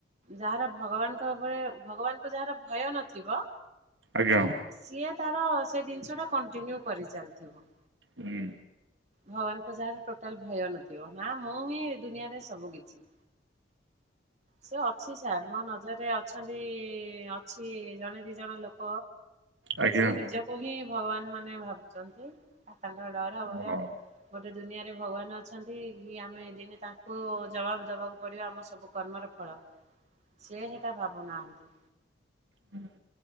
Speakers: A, on the right; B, on the right.
A: ଯାହାର ଭଗବାନଙ୍କ ଉପରେ ଭଗବାନଙ୍କୁ ଯାହାର ଭୟ ନଥିବ
B: ଆଜ୍ଞା ହଁ।
A: ସିଏ ତାର ସେ ଜିନିଷ ଟା କଣ୍ଟିନ୍ୟୁ କରି ଚାଲିଥିବ।
B: ହୁଁ।
A: ଭଗବାନଙ୍କ ଯାହାର ଟୋଟାଲ ଭୟ ନଥିବ ନା ମୁଁ ହିଁ ଦୁନିଆରେ ସବୁ କିଛି ସେ ଅ ଅଛି ସାର୍ ମୋ ନଜରରେ ଅଛନ୍ତି ଇ ଅଛି ଜଣେ ଦିଜଣ ଲୋକ
B: ଆଜ୍ଞା
A: ସିଏ ନିଜକୁ ହିଁ ଭଗବାନ ମାନେ ଭାବୁଛନ୍ତି ଆଉ ତାଙ୍କର ଡର
B: ହଁ।
A: ଭୟ ଗୋଟେ ଦୁନିଆରେ ଭଗବାନ ଅଛନ୍ତି କି ଆମେ ଦିନେ ତାଙ୍କୁ ଜବାବ ଦବାକୁ ପଡିବ ଆମ ସବୁ କର୍ମର ଫଳ ସିଏ ସେଟା ଭାବୁନାହାନ୍ତି
B: ହୁଁ <unintelligible>